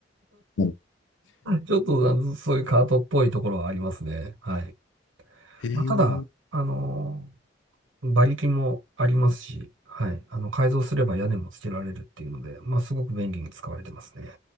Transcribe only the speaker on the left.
なんか
えー、